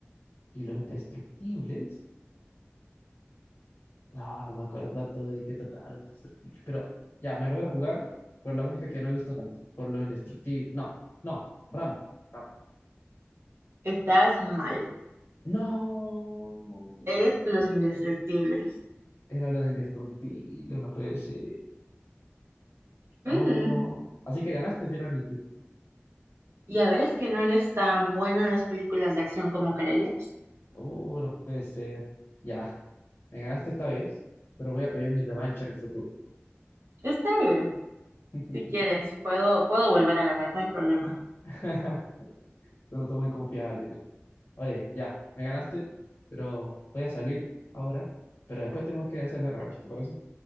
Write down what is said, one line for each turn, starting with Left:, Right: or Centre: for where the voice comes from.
Left: y los indestructibles. No, no me acuerdo tanto de qué trataba los indestructibles. Pero ya, me lo voy a jugar por la única que no he visto tanto. Por los indestructibles. No, no, Rambo. Rambo.
Right: Estás mal.
Left: No.
Right: Eres los indestructibles.
Left: Era los indestructibles, no puede ser. Oh.
Right: Ujú.
Left: Así que ganaste finalmente.
Right: Ya ves que no eres tan bueno en las películas de acción como creías.
Left: Oh, no puede ser. Ya, me ganaste esta vez, pero voy a pedir mi revancha en el futuro.
Right: Está bien.
Left: <laughs>
Right: Si quieres, puedo, puedo volver a ganar, no hay problema.
Left: <laughs> No estoy muy confiado, Olivia. Oye, ya, me ganaste, pero voy a salir ahora. Pero después tenemos que hacer la revancha, ¿te parece?